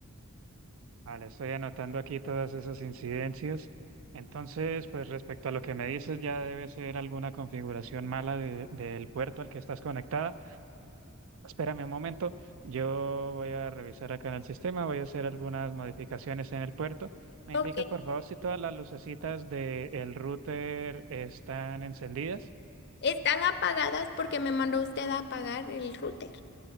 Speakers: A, on the right; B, on the left.
A: Vale, estoy anotando aquí todas esas incidencias. Entonces, pues respecto a lo que me dices, ya debe ser alguna configuración mala de- del puerto al que estás conectada. Espérame un momento, yo voy a revisar acá en el sistema, voy a hacer algunas modificaciones en el puerto. ¿Me
B: Ok.
A: indicas, por favor, si todas las lucecitas del router están encendidas?
B: Están apagadas porque me mandó usted a apagar el router.